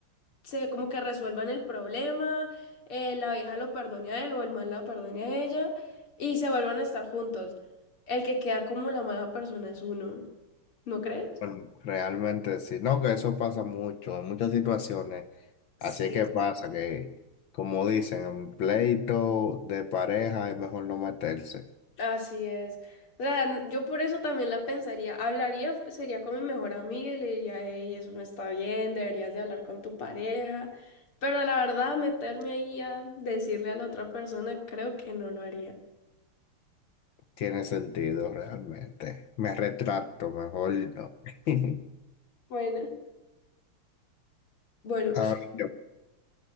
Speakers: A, on the left; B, on the left.
A: se como que resuelvan el problema, eh, la vieja lo perdone a él o el mal la perdone a ella y se vuelvan a estar juntos. El que queda como la mala persona es uno, ¿no crees?
B: Bueno, realmente sí, no, que eso pasa mucho, en muchas situaciones,
A: Sí,
B: así es que pasa que, como dicen, en pleito de pareja es mejor no meterse,
A: así es. O sea, n- yo por eso también la pensaría. Hablaría, f- sería con mi mejor amiga y le diría, hey, eso no está bien, deberías de hablar con tu pareja. Pero la verdad, meterme ahí a decirle a la otra persona, creo que no lo haría.
B: tiene sentido realmente, me retracto, mejor no. <laughs>
A: Bueno, bueno,
B: Ahora, yo-